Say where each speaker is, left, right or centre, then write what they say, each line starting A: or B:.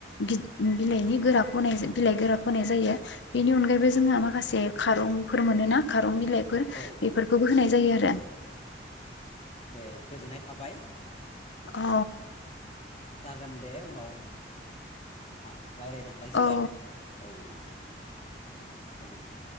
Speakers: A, on the left; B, on the left.
A: बिद बिलाइनि गोराखौ होनाय बिलाइ गोराखौ होनाय जायो। बेनि अनगायैबो जोंहा माखासे खारंफोर मोनोना खारं बिलाइ बेफोरखौबो
B: औ
A: होनाय जायो आरो।
B: दे गोजोननाय थाबाय।
A: अ'
B: जागोन दे उनाव। आ रायलायनो हालायसिगोन
A: औ
B: औ दे औ गोजोनथों।